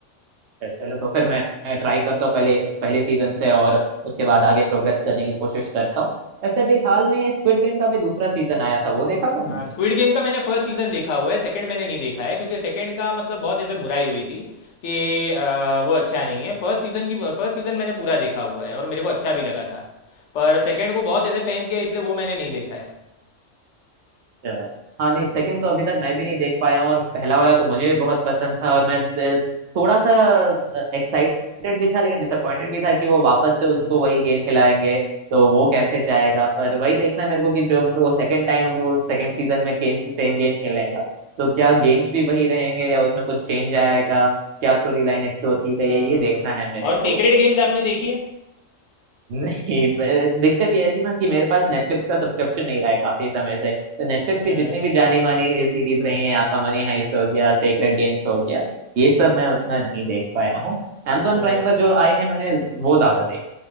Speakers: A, on the right; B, on the left.
A: है। चलो तो फिर मैं ट्राई करता हूँ पहले पहले सीजन से और उसके बाद आगे प्रोग्रेस करने की कोशिश करता हूँ ऐसे अभी हाल में स्क्विड गेम का भी दूसरा सीजन आया था वो देखा तुमने
B: हाँ स्क्विड गेम का मैंने फर्स्ट सीजन देखा हुआ है सेकंड मैंने नहीं देखा है क्योंकि सेकंड का मतलब बहुत ऐसे बुराई हुई थी कि अ, वो अच्छा नहीं है फर्स्ट सीजन की फर्स्ट सीजन मैंने पूरा देखा हुआ है और मेरे को अच्छा भी लगा था पर सेकंड को बहुत ऐसे पैन किया इसलिए वो मैंने नहीं देखा है
A: अच्छा। हाँ नहीं सेकंड तो अभी तक मैं भी नहीं देख पाया हूँ और पहला वाला तो मुझे भी बहुत पसंद था और मैं अ, थोड़ा सा एक्साइटेड भी था लेकिन डिसअपॉइंटेड भी था कि वो वापस से उसको
B: हम्म,
A: वही गेम खिलाएंगे तो वो कैसे जाएगा पर वही देखना है मेरे को कि जो वो सेकंड टाइम अब वो सेकंड सीजन में गेम सेम गेम खेलेगा तो क्या गेम्स भी वही रहेंगे या उसमें कुछ चेंज आएगा क्या स्टोरी लाइन एक्सप्लोर की गई
B: हाँ
A: है ये देखना
B: भाई
A: है मेरे
B: और सेक्रेड
A: को
B: गेम्स आपने देखी है
A: नहीं ब- दिक्कत यह है कि ना कि मेरे पास नेटफ्लिक्स का सब्सक्रिप्शन नहीं रहा है काफी समय से तो नेटफ्लिक्स
B: अच्छा
A: की जितनी भी जानी मानी सीरीज रही हैं आपका मनी हाइस्ट हो गया सेक्रेड गेम्स हो गया ये सब मैं उतना नहीं देख पाया हूँ amazon
B: अच्छा
A: प्राइम पर जो आई है मैंने वो ज्यादा देखी